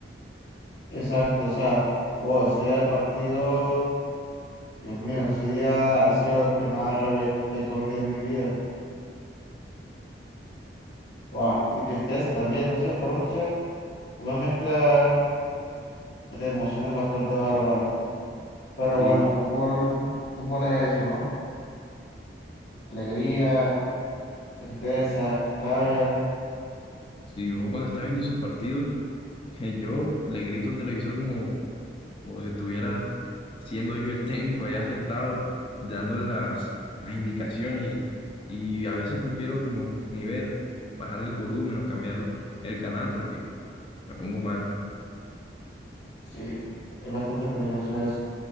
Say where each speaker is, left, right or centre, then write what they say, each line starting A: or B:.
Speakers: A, on the left; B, on the left.
A: Exacto, o sea, wow, ese día de partido, Dios mío, ese día ha sido de los que más rabia he cogido en mi vida. Wow, y tristeza también, no sé, fueron muchas, una mezcla de emociones bastante bárbaras. Pero
B: Sí,
A: bueno, el fútbol, fútbol es eso, ¿no? Alegría, tristeza, rabia.
B: sí, uno cuando está viendo sus partidos <laughs> Yo le grito al televisor como, como si estuviera siendo yo el técnico allá sentado, dándole las, las indicaciones y, y a veces prefiero como ni ver, bajar el volumen o cambiar el canal porque me pongo mal.
A: Sí, es bastante peligroso eso.